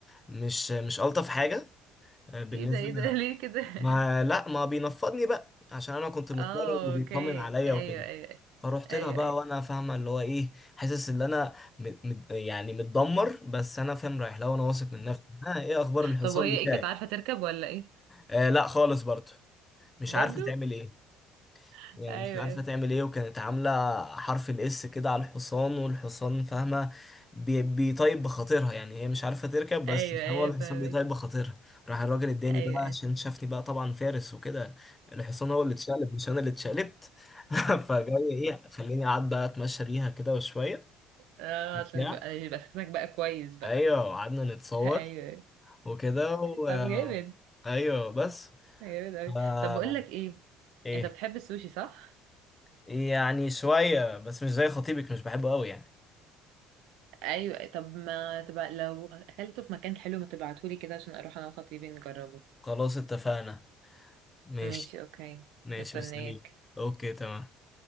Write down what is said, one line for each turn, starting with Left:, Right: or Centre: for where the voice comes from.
Left: مش مش الطف حاجة آه، بالنسبة
Right: ايه ده ايه ده ليه كده <laughs>
Left: ما لا ما بينفضني بقى عشان انا كنت مضطرب
Right: اه
Left: وبيطمن
Right: اوكي
Left: عليا
Right: ايوه
Left: وكده
Right: ايوه
Left: فروحت
Right: ايوه
Left: لها بقى
Right: ايوه
Left: وانا فاهمه اللي هو ايه حاسس ان انا مد مد يعني متدمر بس انا فاهم رايح لها وانا واثق من نفسي ها ايه اخبار الحصان
Right: طب وهي
Left: بتاعي
Right: ايه كانت عارفة تركب ولا ايه
Left: آه لا خالص برضه مش
Right: برضو
Left: عارفه تعمل ايه
Right: <laughs>
Left: يعني
Right: ايوه
Left: مش عارفة
Right: ايوه
Left: تعمل ايه وكانت عاملة حرف الاس كده على الحصان والحصان فاهمة بي- بيطيب بخاطرها يعني هي مش عارفة تركب بس
Right: ايوه ايوه
Left: هو الحصان
Right: فاهمك
Left: بيطيب بخاطرها راح الراجل اداني
Right: ايوه
Left: بقى
Right: <laughs> ايوه
Left: عشان شافني بقى طبعا فارس وكده الحصان هو اللي اتشقلب مش انا اللي اتشقلبت <laughs> فجاي ايه خليني قعد بقى اتمشى بيها كده وشوية
Right: اه
Left: بتاع
Right: عشان يبقى يبقى شكلك بقى كويس بقى
Left: ايوه قعدنا نتصور
Right: ايوه <laughs> أيوة.
Left: وكده و...
Right: طب
Left: آه،
Right: جامد
Left: ايوه بس
Right: جامد اوي
Left: آه...
Right: طب بقول لك ايه
Left: ايه
Right: انت بتحب السوشي صح
Left: يعني شوية بس مش زي خطيبك مش بحبه قوي يعني
Right: ايوه طب ما تبقى لو اكلته في مكان حلو ما تبعتهولي كده عشان اروح انا وخطيبي نجربه
Left: خلاص اتفقنا ماشي
Right: ماشي اوكي
Left: ماشي
Right: مستنياك
Left: مستنيك اوكي تمام